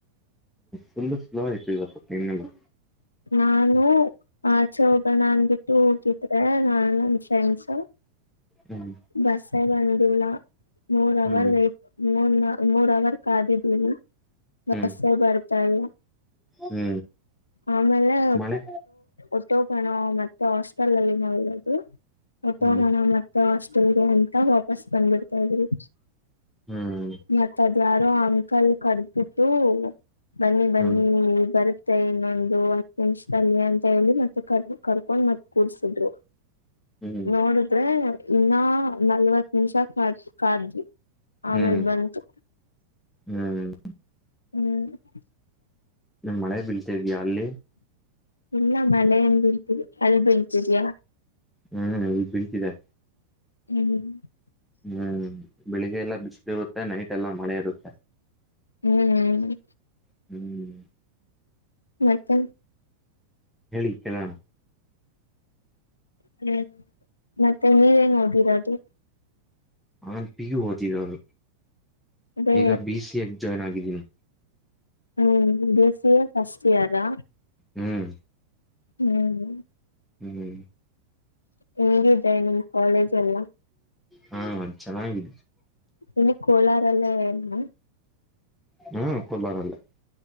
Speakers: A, in the centre; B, on the left.
A: ತುಂಬಾ ಸ್ಲೋ ಆಯ್ತು ಇವತ್ತು ದಿನಯೆಲ್ಲಾ
B: ನಾನು ಆಚೆ ಹೋಗೋಣ ಅಂದಬಿಟ್ಟು ಹೋಗಿದ್ರೆ ನಾ ನನ್ ಫ್ರೆಂಡ್ಸ್
A: ಹ್ಮ್
B: ಬಸ್ಹೇ ಬಂದಿಲ್ಲ ಮೂರ್ ಅವರ್
A: ಹ್ಮ್
B: ವೇಟ್ ಮೂರ್ ಮೂರ್ ಅವರ್ ಕಾದಿದೀವಿ ಬಸ್
A: ಹ್ಮ್
B: ಬರ್ತಾಯಿಲ್ಲ
A: ಹ್ಮ್
B: ಆಮೇಲೇ
A: ಮಳೆ
B: ಹೊಟೊಗೊಣ ಮತ್ತೆ ಹಾಸ್ಟೆಲ್ ಅಲ್ಲಿ ನಾವಲ್ಲ ಹೊಟೊಗೊಣ
A: ಹ್ಮ್
B: ಮತ್ತ ಹಾಸ್ಟೆಲ್ ಗೆ ಅಂತ ವಾಪಸ್ ಬಂದ್ಬಿಡ್ತಾ ಇದ್ವಿ
A: ಹ್ಮ್
B: ಮತ್ತ ಅದು ಯಾರು ಅಂಕಲ್ ಕರೆದುಬಿಟ್ಟು ಬನ್ನಿ ಬನ್ನಿ
A: ಹ್ಮ್
B: ಬರುತ್ತೆ ಇನ್ನೊಂದು ಹತ್ತು ನಿಮಿಷದಲ್ಲಿ ಅಂತ ಹೇಳಿ ಮತ್ತೆ ಕರೆದು ಮತ್ತೆ ಕೂರಿಸಿದ್ರು
A: ಹ್ಮ್
B: ನೋಡಿದ್ರೆ ಇನ್ನ ನಲ್ವತ್ ನಿಮಷ ಕಾದ ಕಾದ್ವಿ ಆಮೇಲ್
A: ಹ್ಮ್
B: ಬಂತು
A: ಹ್ಮ್
B: ಹ್ಞ
A: ಮಳೆ ಬೀಳ್ತ ಇದ್ಯಾಯಾ ಅಲ್ಲಿ
B: ಇಲ್ಲ ಮಳೆನ್ ಬೀಳ್ತಿದ ಇಲ್ಲ ಅಲ್ಲಿ ಬೀಳ್ತಿಯಿದಿಯ
A: ಹ್ಮ್ ಇಲ್ಲಿ ಬೀಳ್ತಿದೆ
B: <unintelligible>
A: ಹ್ಮ್ ಬೆಳಿಗ್ಗೆ ಎಲ್ಲಾ ಬಿಸಿಲು ಇರುತ್ತೆ ನೈಟ್ ಎಲ್ಲಾ ಮಳೆ ಇರುತ್ತೆ
B: ಹ್ಮಹ್ಮ್
A: ಹ್ಮ್
B: ಮತ್ತ
A: ಹೇಳಿ ಕೇಳೋಣ
B: ಹ್ಮ್ ಮತ್ತೆ ನೀವೇನ್ ಓದಿರೋದು
A: ನಾನ್ ಪಿ. ಯು ಓದಿರೋದು
B: ಅದೇ
A: ಈಗ ಬಿ. ಸಿ. ಎ ಗೆ ಜಾಯ್ನ್ ಆಗಿದ್ದೀನಿ
B: ಹ್ಞೂ ಬಿ. ಸಿ. ಎ ಫಸ್ಟ್ ಇಯರಾ
A: ಹ್ಮ್
B: ಹ್ಮ್್ಮ
A: ಹ್ಮ್
B: ಹೆಂಗಿದೆ ನಿಮ್ ಕಾಲೇಜ್ ಎಲ್ಲ
A: ಹ್ಮ್ ಚೆನ್ನಾಗಿದೆ
B: ಎಲ್ಲಿ ಕೋಲಾರಲ್ಲೇ ನಾ
A: ಹ್ಮ ಕೋಲಾರಲ್ಲೇ